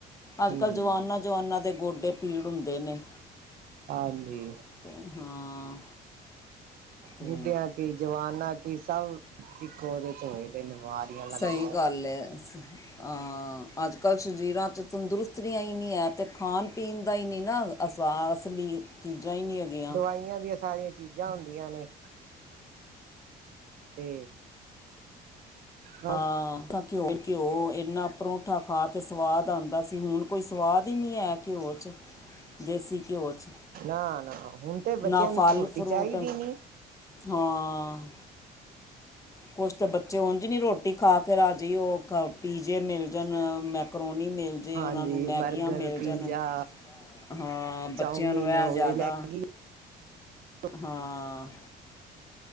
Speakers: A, on the left; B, on the right.
A: ਅੱਜ
B: ਹਮ
A: -ਕੱਲ੍ਹ ਜਵਾਨਾਂ- ਜਵਾਨਾਂ ਦੇ ਗੋਡੇ ਪੀੜ ਹੁੰਦੇ ਨੇ।
B: ਹਾਂਜੀ।
A: ਤੇ, ਹਾਂ। ਤੇ
B: ਬੁੱਢੇਆਂ ਕੀ ਜਵਾਨਾਂ ਕੀ, ਸਬ ਇੱਕੋ ਓਦੇ ਚ ਹੋਏ <unintelligible>
A: ਸਈ ਗੱਲ
B: ਨੇ।
A: ਏ ਅਹ ਅੱਜ -ਕੱਲ ਸ਼ਰੀਰਾਂ 'ਚ ਤੰਦਰੁਸ ਤੀਆਂ, ਈ ਨਈਂ ਐ ਤੇ ਖਾਨ- ਪੀਨ ਦਾ ਈ ਨਈਂ ਨਾ ਐਹਸਾਸ, ਬੀ ਚੀਜਾਂ ਈ ਨੀਂ ਹੈਗੀਆਂ।
B: ਕਈਆਂ ਦੀਆਂ ਸਾਰੇ ਚੀਜਾਂ ਹੁੰਦੀਆਂ ਨੇ ਤੇ ਬਸ
A: ਹਾਂ <unintelligible> ਘੇਓ -ਘੇਓ ਏਨਾਂ ਪਰੋਂਠਾ ਖਾ ਕੇ ਸਵਾਦ ਆਂਦਾ ਸੀ। ਹੁਨ ਕੋਈ ਸਵਾਦ ਈ ਨੀਂ ਐ ਘੇਓ 'ਚ ਦੇਸੀ ਘੇਓ 'ਚ
B: ਨਾ -ਨਾ, ਹੁਨ ਤੇ ਬੱਚੇਆਂ
A: ਨਾ
B: ਨੂੰ
A: ਫਲ
B: ਰੋਟੀ
A: ਫਰੂਟ
B: ਚਾਈਦੀ ਨੀਂ।
A: ਹਾਂ। ਕੁਛ ਤੇ, ਬੱਚੇ ਉੰਝ ਨੀਂ ਰੋਟੀ ਖਾ ਕੇ ਰਾਜੀ ਓ ਖਾ, ਪੀਜੇ ਮਿਲ ਜਾਨ ਮੈ ਮਕਰੋਨੀ ਮਿਲ ਜੇ,
B: ਹਾਂਜੀ
A: ਓਨਾਂ ਨੂੰ ਮੈਗੀਆਂ
B: ਬਰਗਰ
A: ਮਿਲ
B: ਪੀਜ਼ਾ
A: ਜਾਨ ਹਾਂ,
B: ਚਾਊਮਿਨ
A: ਬੱਚੇਆਂ ਨੂੰ ਐ
B: ਹੋ
A: ਜਾਦਾ
B: ਗਏ ਮੈਗੀ <inaudible>
A: ਹਾਂ